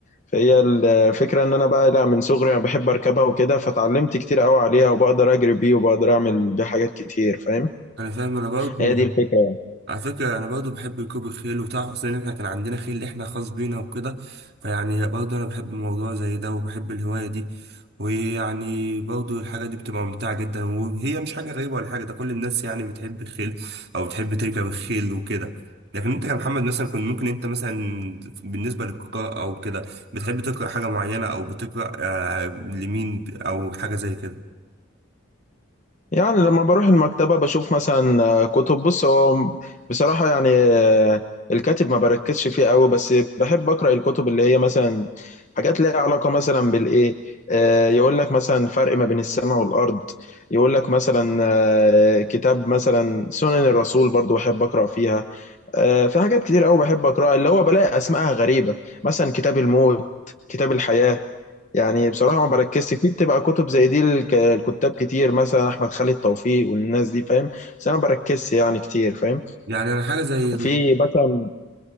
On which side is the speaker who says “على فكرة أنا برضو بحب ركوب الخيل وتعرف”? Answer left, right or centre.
Right